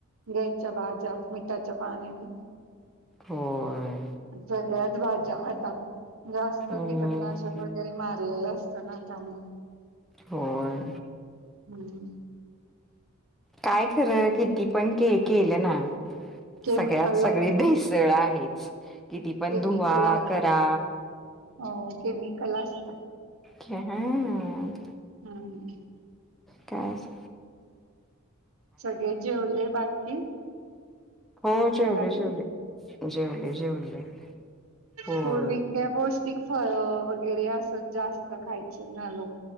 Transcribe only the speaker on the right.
घ्यायच्या भाज्या मिठाच्या पाण्याने
सगळ्याच भाज्या आता जास्त
कीटकनाशक वगैरे मार लेलं असत ना त्यामुळे.
हम्म
<inaudible> केमिकला
येतयं
केमिकल
आहे.
हो केमिकल असतात.
हम्म
सगळे जेवले बाकी
घरातले
पूर्व का पौष्टिक फळ वगैरे अस जास्त खायचे ना लोक